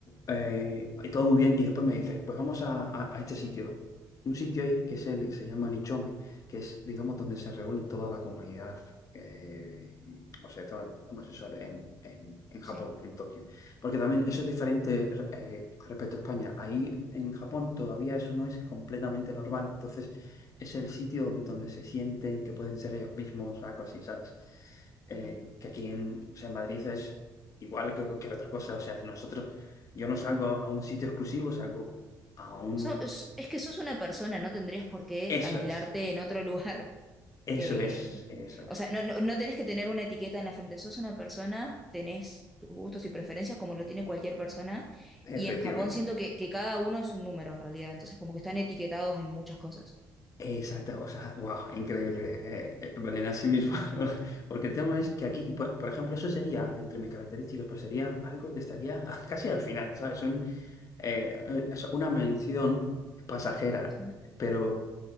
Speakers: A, on the left; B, in the centre.
A: eh, y todo muy bien. Y después me dice, pues vamos a, a- a este sitio. Un sitio ahí que es el, se llama Nichome, que es, digamos, donde se reúne toda la comunidad eh, homosexual, homosexual en, en- en Japón,
B: sí,
A: en Tokio. Porque también eso es diferente re- eh, respecto a España. Ahí en Japón todavía eso no es completamente normal. Entonces es el sitio donde se sienten que pueden ser ellos mismos, algo así, ¿sabes? Eh,
B: ok.
A: que aquí en, o sea, en Madrid es igual que cualquier otra cosa. O sea, si nosotros, yo no salgo a a un sitio exclusivo, salgo a un...
B: So- es, es que sos una persona, no tendrías por qué
A: Eso
B: aislarte
A: es,
B: en otro <laughs> lugar.
A: eso
B: eh,
A: es, eso es,
B: o sea, no, no, no tenés que tener una etiqueta en la frente. Sos una persona, tenés tus gustos y preferencias como lo tiene cualquier persona.
A: efectivamente.
B: Y en Japón siento que, que cada uno es un número en realidad. Entonces, como que están etiquetados en muchas cosas.
A: Exacto, o sea, wow, increíble, eh, eh, Belén, así mismo. <laughs> Porque el tema es que aquí, por, por ejemplo, eso sería, entre mis características, pues sería algo que estaría <laughs> casi al final, ¿sabes? Un, eh, eh, es una mención pasajera,
B: Sí,
A: pero